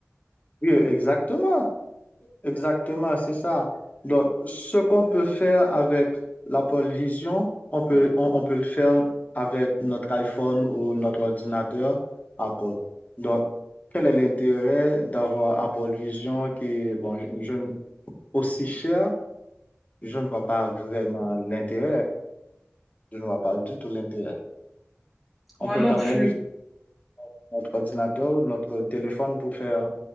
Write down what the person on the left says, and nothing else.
Oui, exactement. Exactement, c'est ça. Donc, ce qu'on peut faire avec la pole vision, on peut, on, on peut le faire avec notre iPhone ou notre ordinateur Apple. Donc, quel est l'intérêt d'avoir Apple Vision qui est bon, je, aussi cher? Je ne vois pas vraiment l'intérêt. Je ne vois pas du tout l'intérêt.
On peut
quand
même utiliser notre ordinateur, notre téléphone pour faire